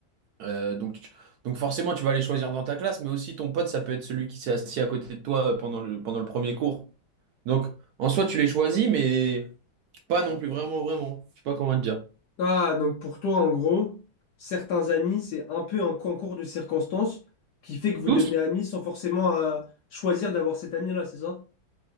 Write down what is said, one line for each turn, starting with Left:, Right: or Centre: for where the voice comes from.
Right: Euh, donc, tu- donc forcément, tu vas les choisir dans ta classe, mais aussi ton pote, ça peut être celui qui s'est assis à côté de toi euh, pendant le, pendant le premier cours. Donc, en soi, tu les choisis, mais pas non plus vraiment, vraiment. Je sais pas comment te dire.
Left: Ah, donc pour toi, en gros, certains amis, c'est un peu un concours de circonstances qui fait que vous
Right: Tous?
Left: devenez amis sans forcément euh, choisir d'avoir cet ami-là, c'est ça?